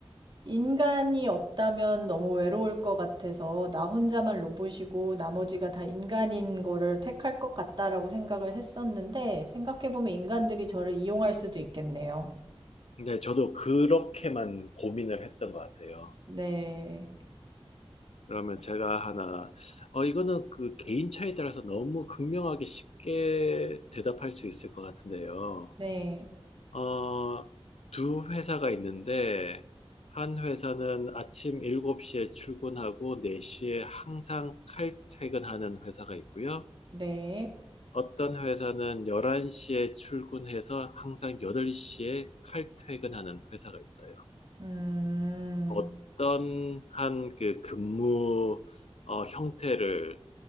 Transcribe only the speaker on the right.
인간이 없다면 너무 외로울 것 같아서 나 혼자만 로봇이고 나머지가 다 인간인 거를 택할 것 같다라고 생각을 했었는데 생각해보면 인간들이 저를 이용할 수도 있겠네요.
네,
네,
네.
음,